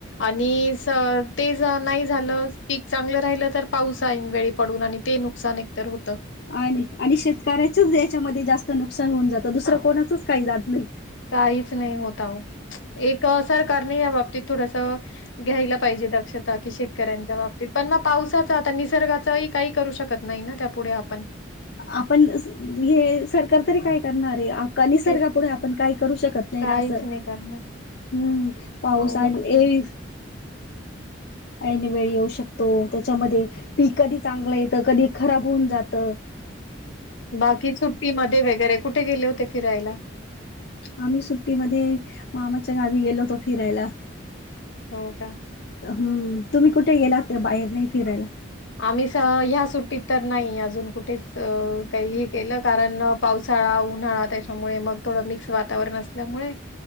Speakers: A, on the left; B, on the left.
A: आणि -ते- नाही झालं- पीक चांगलं राहिलं तर पाऊस ऐन वेळी पडून आणि ते नुकसान एकतर होतं.
B: आणि -आणि शेतकऱ्याचच याच्यामध्ये जास्त नुकसान होऊन जातं. दुसरं कोणाचच काही जात नाही.
A: काहीच नाही होत अहो. एक सरकारने या बाबतीत थोडस घ्यायला पाहिजे दक्षता की शेतकऱ्यांच्या बाबतीत. पण म पावसात- आता निसर्गाचही काही करू शकत नाही ना त्या पुुढे आपण-
B: आपण- हे सरकार तरी काय करणार आहे? का निसर्गापुढे
A: ते
B: आपण काही करू शकत नाही
A: काहीच
B: ना असं?
A: नाही करणार
B: हम् -पाऊस
A: अवघड
B: आणि ये-
A: आहे.
B: ऐन वेळी येऊ शकतो, त्या- त्यामध्ये पीक कधी चांगलं येत, कधी खराब होऊन जात.
A: बाकी सुट्टी मध्ये वगैरे कुठे गेले होते फिरायला
B: आम्ही सुट्टीमध्ये मामाच्या गावी गेलो होतो फिरायला.
A: हो का?
B: हम्म. तुम्ही कुठ - कुठे गेला? तर बाहेर नाही फिरायला-
A: आम्ही ह्या सुट्टीत तर नाही अजून कुठेच अं काहीही केलं कारण पाऊ- सळा, उन्हाळा त्याच्यामुळे मग- थोडं मिक्स वातावरण असल्यामुळे-